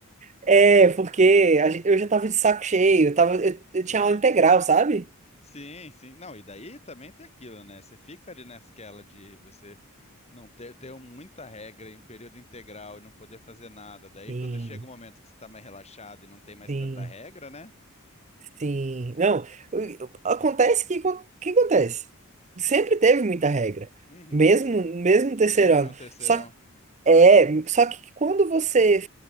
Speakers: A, on the right (about 35°); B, on the left (about 30°).
A: É, porque a gen- eu já tava de saco cheio, eu, tava, eu,
B: Sim.
A: eu tinha aula integral, sabe?
B: Sim, sim. Não, e daí também tem aquilo, né? Você fica ali naquela de você não ter, ter muita regra em período integral e não poder fazer nada. Daí
A: Sim,
B: quando chega o momento que você está mais relaxado e não tem mais
A: sim.
B: tanta regra, né?
A: Sim, não, acontece que o que acontece? Sempre teve muita regra,
B: Uhum.
A: mesmo mesmo no terceiro
B: Mesmo no
A: ano.
B: terceirão.
A: Só é, só que quando você,